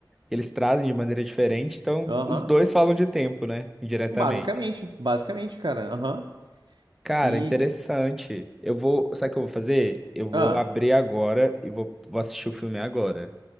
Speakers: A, in the centre; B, on the right.
A: que eles trazem de maneira diferente, então
B: Aham.
A: os dois falam de tempo, né? Indiretamente.
B: Basicamente, basicamente, cara. Aham.
A: Cara,
B: E,
A: interessante.
B: e-
A: Eu vou, sabe o que eu vou fazer? Eu vou
B: ah,
A: abrir agora e vou, vou assistir o filme agora.